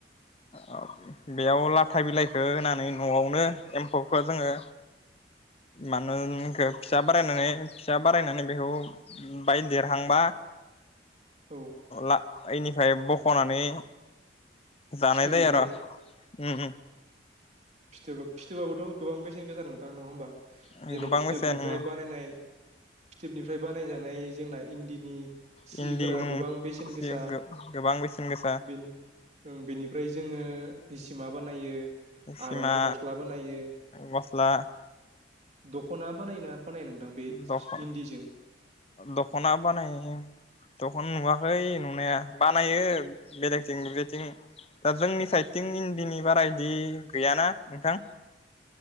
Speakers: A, on the left; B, on the right.
A: आ बेयाव लाथा बिलाइखो होनानै न'आवनो एम्फौखौ जोङो मानो इनखो फिसा बारायनानै फिसा बारायनानै बेखौ बाय देरहांबा
B: औ
A: ला इनिफाय बख खनानै जानाय
B: फिथोबनिफ्राय
A: जायो आरो ओम।
B: फिथोबा फिथोबाबोथ' गोबां बेस सेन गोसा नथां नङा होनबा।
A: उम
B: जेरै
A: गोबां
B: फिथोबनिफ्राय
A: बेसेन उम
B: बानायनाय फिथोबनिफ्राय बानायजानाय जोंना इन्दिनि सिफोरा
A: इन्दि उम
B: गोबां बेसेन
A: सि
B: गोसा।
A: गोबां बेसेन गोसा
B: बेनि बेनिफ्राय जोङो हिसिमा बानायो।
A: सिमा
B: आर'नाइ गस्ला बानायो
A: गस्ला
B: दख'ना बानायो ना बानाय नोंथां बे
A: दखन
B: इन्दिजों?
A: दख'ना बानायो दख'ना नुवाखै नुनाया। बानायो बेलेगथिं बेेथिं दा जोंनि साइडथिं इन्दिनि बारा बिदि गैयाना नोंथां।